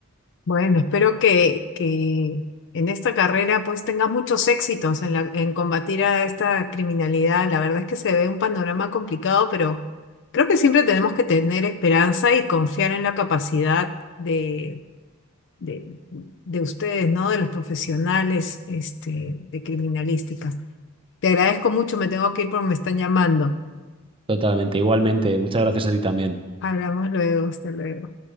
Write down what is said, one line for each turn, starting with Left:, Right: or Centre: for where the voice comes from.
Left: Bueno, espero que, que en esta carrera pues tengas muchos éxitos en la, en combatir a esta criminalidad. La verdad es que se ve un panorama complicado, pero creo que siempre tenemos que tener esperanza y confiar en la capacidad de, de, de ustedes, ¿no? De los profesionales, este, de criminalística. Te agradezco mucho, me tengo que ir porque me están llamando.
Right: Totalmente. Igualmente, muchas gracias a ti también.
Left: Hablamos luego, hasta luego.